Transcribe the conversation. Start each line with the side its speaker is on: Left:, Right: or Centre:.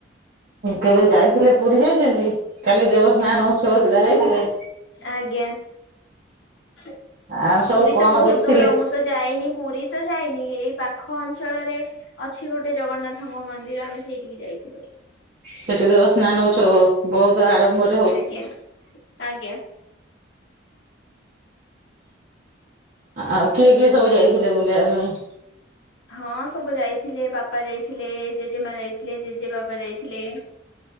Right: କେବେ ଯାଇଥିଲେ ପୁରୀ ଯାଇଛନ୍ତି କାଲି ଦେବ <unintelligible> ଯାଇଥିଲେ।
Left: ଆଜ୍ଞା ପୁରୀ
Right: ଆଉ ସବୁ କଣ
Left: ତ ବହୁତ
Right: ଦେଖିଲେ
Left: ଦୂର ମୁ ତ ଯାଇନି ପୁରୀ ତ ଯାଇନି ଏଇ ପାଖ ଅଞ୍ଚଳରେ ଅଛି ଗୋଟେ ଜଗନ୍ନାଥ <unintelligible> ମନ୍ଦିର ଆମେ ସେଇଠିକି ଯାଇଥିଲୁ।
Right: ସେଠି ଦେବ ସ୍ନାନ ହଉଛ ବହୁତ ଆଡମ୍ବର
Left: ଆଜ୍ଞା ଆଜ୍ଞା।
Right: ଆଉ କିଏ କିଏ ସବୁ ଯାଇଥିଲେ ବୁଲିବା ପାଇଁ?
Left: ହଁ ସବୁ ଯାଇଥିଲେ ବାପା ଯାଇଥିଲେ ଜେଜେମା ଯାଇଥିଲେ ଜେଜେ ବାବା ଯାଇଥିଲେ।